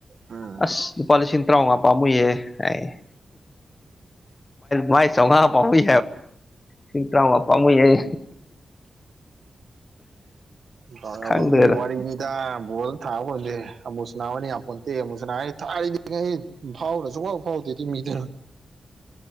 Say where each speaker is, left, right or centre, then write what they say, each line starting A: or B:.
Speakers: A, on the right (about 65°); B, on the left (about 25°).
A: ꯎꯝ
B: ꯑꯁ ꯂꯨꯄꯥ ꯂꯤꯁꯤꯡ ꯇꯔꯥꯃꯉꯥ ꯄꯥꯝꯃꯨꯏꯍꯦ ꯍꯥꯏ ꯃꯥꯏ ꯆꯥꯝꯃꯉꯥ ꯄꯥꯝꯃꯨꯏ ꯁꯤꯟ ꯇꯄꯥꯃ ꯌꯥꯏ
A: ꯑꯗꯨꯅꯦꯃꯤꯒꯤ
B: ꯈꯪꯗ꯭ꯔꯦꯗ
A: ꯋꯥꯔꯤꯅꯤꯗ ꯕꯣꯜꯗ ꯊꯥꯕ ꯈꯁꯦ ꯑꯃꯨꯁꯅꯥ ꯑꯣꯏꯅ ꯌꯥꯝꯄꯣꯟꯇꯦ ꯑꯃꯨꯁꯅꯥ ꯑꯩ ꯊꯥꯔꯤꯗꯤ ꯑꯩ ꯐꯥꯎꯔ ꯁꯨꯡꯐꯥꯎ ꯐꯥꯎꯗꯦꯗꯤ ꯃꯤꯗꯅ